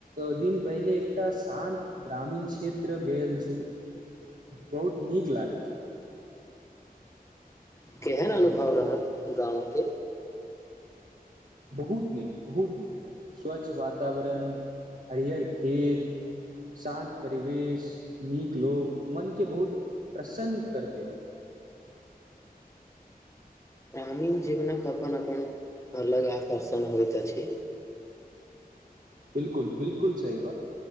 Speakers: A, on the right (about 60°); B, on the left (about 20°).
A: दिन पहिले एकटा शान्त ग्रामीण क्षेत्र गेल छु बहुत नीक लागे छ।
B: केहन अनुभव रहल गाँवके
A: बहुत नीक, बहुत नीक, स्वच्छ वातावरण, हरिहर खेत शान्त परिवेश, नीक लोक मन के बहुत प्रसन्न कर देलक।
B: ग्रामीण जीवनक अपन अपन, अलग आकर्षण होइत अछि।
A: बिलकुल, बिलकुल सही बात,